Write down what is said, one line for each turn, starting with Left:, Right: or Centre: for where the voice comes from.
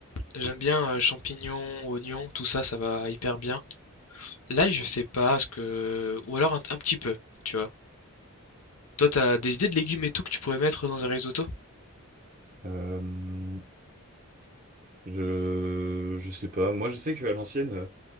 Left: j'aime bien euh, champignons, oignons, tout ça, ça va hyper bien. Là, je sais pas, ce que ou alors un, un petit peu, tu vois. Toi, t'as des idées de légumes et tout que tu pourrais mettre dans un risotto?
Right: Euh, je, je sais pas. Moi, je sais qu'à l'ancienne, euh,